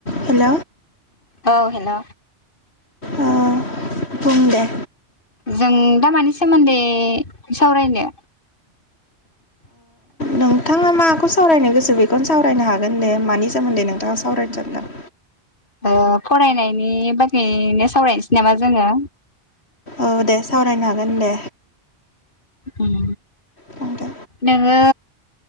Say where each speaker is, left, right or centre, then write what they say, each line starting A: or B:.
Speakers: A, on the left; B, on the left.
A: हेल'
B: औ हेल'।
A: ओ बुं दे
B: जों दा मानि सोमोन्दै सावरायनो? <inaudible>
A: नोंथाङा माखौ सावरायनो गोसो बेखौनो सावरायनो हागोन दे मानि सोमोन्दै नोंथाङा सावरायनो सानदों?
B: ओ फरायनायनि बागैनो सावरायनोसै नामा जोङो
A: औ दे सावरायनो हागोन दे।
B: उम
A: बुंदो
B: नोङो